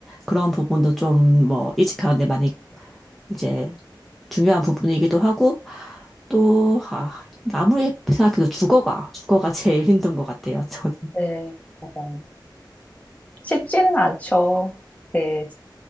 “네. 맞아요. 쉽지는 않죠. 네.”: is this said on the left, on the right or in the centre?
Left